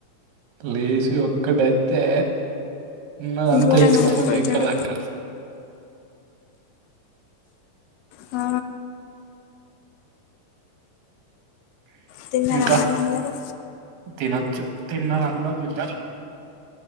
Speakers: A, on the right (about 80°); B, on the left (about 80°).
A: లేచి ఒక్కటేత్తే ఉన్నదంతా
B: ఘోరంగా
A: ఇచ్చుకోపోతది
B: భయపడతడు
A: ఎక్కడి దక్కడ
B: ఆ తిన్నారా
A: ఇంకా
B: మరి అందరూ
A: తినొచ్చు తిన్నరు అన్దరు తిన్నారు